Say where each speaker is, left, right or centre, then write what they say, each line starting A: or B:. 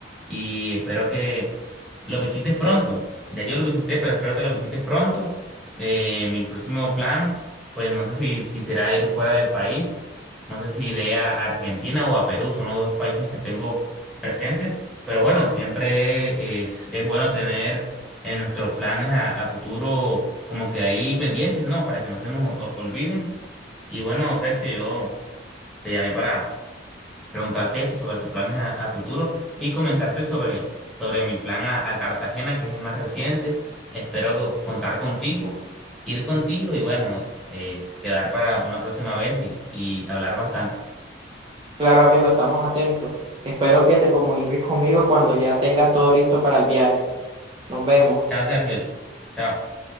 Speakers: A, in the centre; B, on the right.
A: y espero que lo visites pronto. Ya yo lo visité, pero espero que lo visites pronto. Eh, mi próximo plan, pues no sé si, si será ir fuera del país, no sé si iré a Argentina o a Perú, son los dos países que tengo presentes, pero bueno, siempre es, es bueno tener en nuestros planes a, a futuro como que ahí pendientes, ¿no? Para que no se nos o- olviden. Y bueno, Sergio, yo te llamé para preguntarte eso sobre tus planes a, a futuro y comentarte sobre, sobre mi plan a, a Cartagena, que es el más reciente. Espero contar contigo, ir contigo y bueno, eh, quedar para una próxima vez y, y hablar bastante.
B: Claro, amigo, estamos atentos. Espero que te comuniques conmigo cuando ya tengas todo listo para el viaje. Nos vemos.
A: Chao, Sergio. Chao.